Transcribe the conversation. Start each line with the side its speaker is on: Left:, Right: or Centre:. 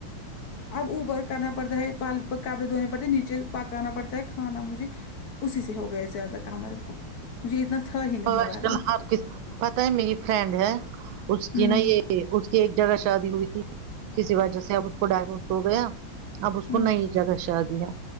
Left: اب اوپر کرنا پڑتا ہے پال پ کبڑے دھونے پڑتے ہیں نیچے پکانا پڑتا ہے کھانا مجھے اسی سے ہو گیا زیادہ کام میرے کو مجھے اتنا تھا ہی نہیں
Right: آج
Left: ورنہ
Right: کل ہر کس پتہ ہے میری فرینڈ ہے اس
Left: ہمم
Right: کی نا یے اس کی ایک جگہ شادی ہوئی تھی کسی وجہ سے اب اس کو ڈائیورس ہو گیا اب اس
Left: ہمم
Right: کو نئی جگہ شادی ہے